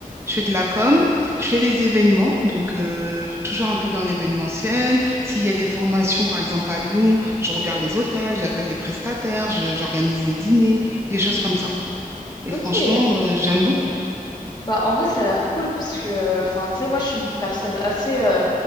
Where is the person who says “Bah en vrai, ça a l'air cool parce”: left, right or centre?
Left